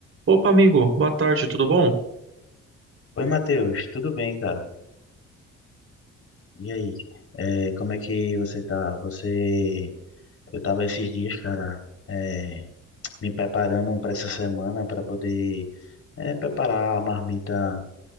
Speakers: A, on the right; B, on the left.
A: Opa, amigo, boa tarde, tudo bom?
B: Oi, Matheus, tudo bem, cara? E aí, é, como é que você tá? Você, eu tava esses dias, cara, é, me preparando para essa semana para poder é, preparar a marmita